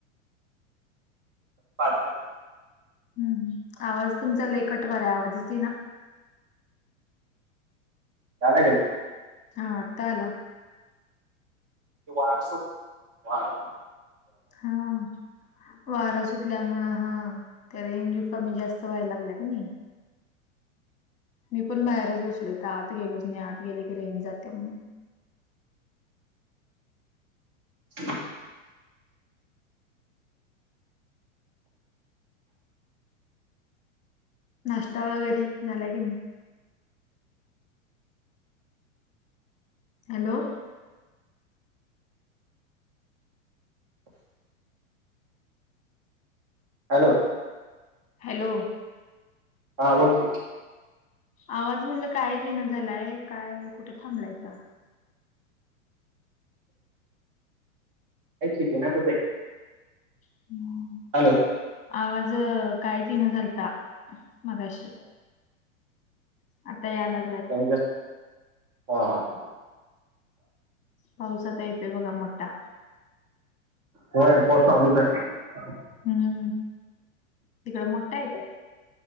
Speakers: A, on the right; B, on the left.
A: पा. <unintelligible>
B: हम्म ह्म, आवाज तुमचा लई कट वायला, आवाजच येईना.
A: झालाय का? <unintelligible>
B: हा, आता आला.
A: ते वारस, वार.
B: हां. वारं सुटल्यामुळं हां, त्या रेंज कमी-जास्त व्हायला लागल्या कि नाय? मी पण बाहेरच बसलोय, आत गेलोच नाही, आत गेले की रेन्ज जाते मग.
A: <unintelligible>
B: नाष्टा वगैरे झालाय की नाही? हॅलो?
A: <unintelligible> हॅलो?
B: हॅलो?
A: हा, बोलकी.
B: आवाज म्हणलं, कायच येईना झालाय, काय कुठं थांबलायका?
A: ऐक जे नाच य <unintelligible>
B: <inaudible>
A: हॅलो.
B: आवाज कायच इना झालता मगाशी. आता याला
A: कमी कर हां हां.
B: पावस आता येतोय बघा मोठा.
A: होय पाऊस चालूच हाय.
B: हम्म तिकडं मोठ हाय काय?